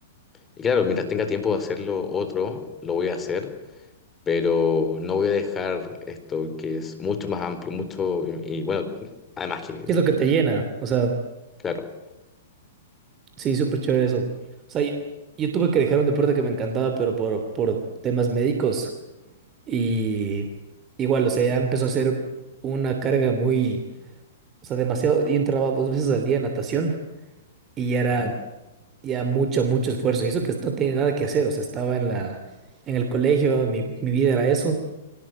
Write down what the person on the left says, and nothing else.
Y claro, mientras tenga tiempo de hacerlo otro, lo voy a hacer, pero no voy a dejar esto que es mucho más amplio, mucho, y, y bueno, además que,
que-
claro,
Ujú.